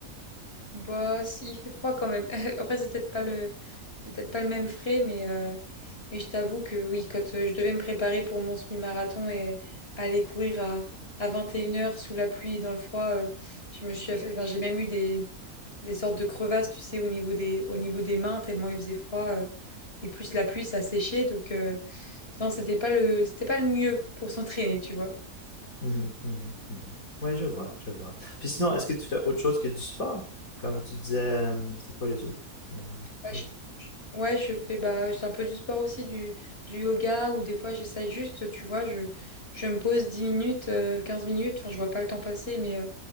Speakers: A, on the left; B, on the left.
A: Bah, si, il fait froid quand même. <laughs> Après, c'est peut-être pas le, c'est peut-être pas le même frais, mais, euh, mais je t'avoue que oui, quand euh, je devais me préparer pour mon semi-marathon et aller courir à, à vingt et une heures sous la pluie et dans le froid, euh, je me suis affa- enfin, j'ai même eu des, des sortes de crevasses, tu sais, au niveau des, au niveau des mains, tellement il faisait froid. euh, et plus la pluie, ça séchait. Donc, euh, non, c'était pas le, c'était pas le mieux pour s'entraîner, tu vois.
B: Mhm, mhm, mhm. Ouais, je vois, je vois. Puis sinon, est-ce que tu fais autre chose que du sport? Comme tu disais, euh, c'est quoi les autres? Euh,
A: Bah,
B: ouais.
A: je- je- ouais, je fais bah, c'est un peu du sport aussi, du, du yoga, ou des fois j'essaye juste, tu vois, je, je me pose 10 minutes, euh, 15 minutes, enfin, je vois pas le temps passer, mais euh,